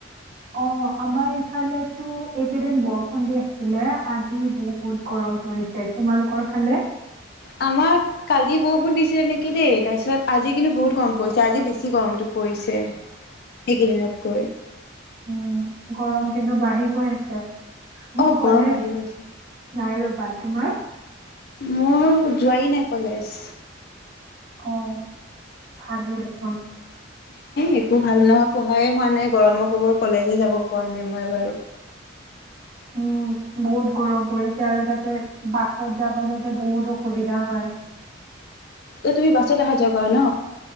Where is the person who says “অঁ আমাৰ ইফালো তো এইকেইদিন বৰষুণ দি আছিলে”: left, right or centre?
Right